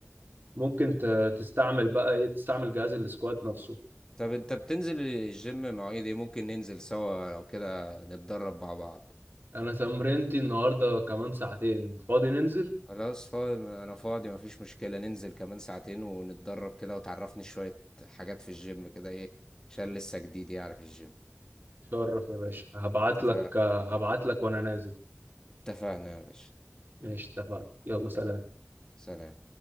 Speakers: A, on the right; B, on the left.
A: ممكن ت... تستعمل بقى ايه تستعمل جهاز السكوات نفسه
B: طب أنت بتنزل الجيم مواعيد إيه ممكن ننزل سوا لو كده نتدرب مع بعض
A: انا تمرينتي النهارده كمان ساعتين فاضي ننزل
B: خلاص فاضي انا فاضي مفيش مشكلة ننزل كمان ساعتين ونتدرب كده وتعرفني شوية حاجات في الجيم كده ايه عشان لسه جديد يعني في الجيم
A: شرف يا باشا هبعت
B: اتفق-
A: لك هبعت لك وانا نازل
B: اتفقنا يا باشا
A: ماشي اتفقنا يلا سلام
B: سلام